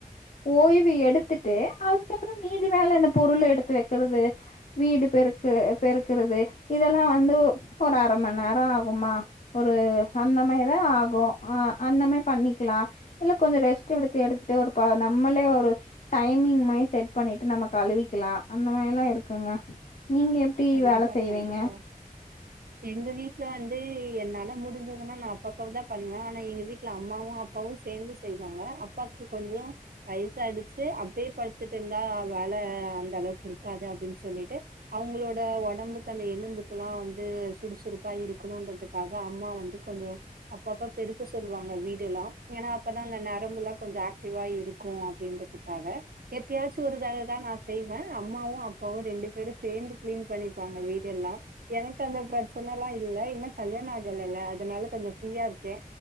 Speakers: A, on the left; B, on the right.
A: ஓய்வு எடுத்துட்டு அதுக்கப்றோ மீதி வேல அந்த பொருள் எடுத்து வெக்கறது வீடு பெருக்கு அ பெருக்குறது இதெல்லா வந்து ஒரு அர மண் நேரோ ஆகுமா ஒரு அந்த மாரிதா ஆகு ஆ அந்த மாரி பண்ணிக்லா இல்ல கொஞ்சோ ரெஸ்ட் எடுத்து எடுத்துட்டு ஒரு ப நம்மளே ஒரு டைமிங் மாரி செட் பண்ணீட்டு நம்ம கழுவிக்கலா அந்த மாரில்லா இருக்குங்க நீங்க எப் டி
B: கண்டிப்பா
A: வேல செய்வீங்க
B: கண்டிப்பா எங்க வீட்ல வந்து என்னால முடிஞ்சதுன்னா நா அப்ப அப்ப தா பண்ணுவே ஆனா எங்க வீட் ல அம்மாவு அப்பாவு சேந்து செய்வாங்க அப்பாக்கு கொஞ்சோ வயசாயிடுச்சு அப்டியே படுத்துட்டு இருந்தா வேல அந்த அளவுக்கு இருக்காது அப்டின்னு சொல்லிட்டு அவங்களோட ட உடம்புக்கு அந்த எலும்புக்கெல்லா வந்து சுறுசுறுப்பா இருக்கணுறதுக்காக அம்மா வந்து கொஞ்சோ அப்ப அப்ப பெருக்க சொல்லுவாங்க வீடு எல்லா ஏனா அப்பதா அந்த நரம்புல்லா கொஞ்சோ ஆக்டிவா இருக்கு அப்டின்ற துகாக எப்பயாச்சு ஒரு தடவ தா நா செய்வே அம்மாவு அப்பாவு ரெண்டு பேரும் சேந்து க்ளீன் பண்ணிபாங்க வீடு எல்லா எனக்கு அந்த பிரச்சனலா இல்ல இன்னு கல்யாணோ ஆகலல்ல அதனால கொஞ்சோ ஃப்ரீயா இருக்கே